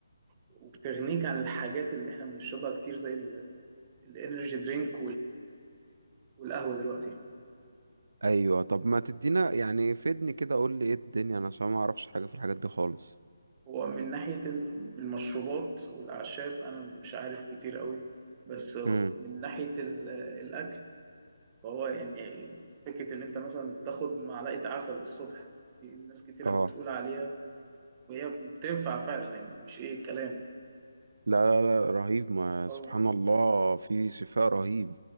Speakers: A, on the right; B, on the right.
A: وبتغنيك عن الحاجات اللي احنا بنشربها كتير زي الانرجي درينك والقهوة دلوقتي
B: ايوه طب ما تدينا يعني فدني كده قول لي ايه الدنيا انا عشان ما اعرفش حاجة في الحاجات دي خالص
A: هو من ناحية المشروبات والأعشاب أنا مش عارف كتير قوي بس
B: امم
A: من ناحية ال- الأكل فهو يعني فكرة إن أنت مثلا تاخد معلقة عسل الصبح دي ناس كتيرة
B: اه
A: بتقول عليها وهي بتنفع فعلا يعني مش إيه كلام
B: لا لا لا رهيب ما
A: اه
B: سبحان الله في شفاء رهيب